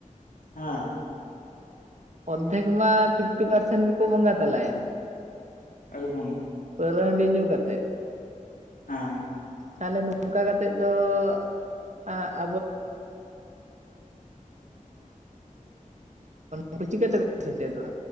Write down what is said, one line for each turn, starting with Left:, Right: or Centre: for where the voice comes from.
Left: ᱦᱟᱸᱻ
Right: ᱚᱨᱫᱷᱮᱠ ᱢᱟ ᱯᱷᱤᱯᱴᱤ ᱯᱟᱨᱥᱮᱱᱴ ᱜᱮᱠᱚ ᱵᱚᱸᱜᱟ ᱛᱟᱞᱟᱭᱮᱱ᱾
Left: ᱮᱠᱫᱚᱢ᱾
Right: ᱯᱟ. ᱨᱣᱟ. ᱦᱟᱺᱰᱤ ᱧᱩ ᱠᱟᱛᱮᱫ᱾
Left: ᱦᱟᱸᱻ
Right: ᱛᱟᱦᱞᱮ ᱱᱚᱝᱠᱟ ᱠᱟᱛᱮᱜ ᱫᱚᱻ ᱾ <unintelligible> ᱩᱱᱠᱩ ᱪᱤᱠᱟᱹᱛᱮᱠᱚ ᱥᱮᱪᱮᱫᱚᱜᱼᱟ?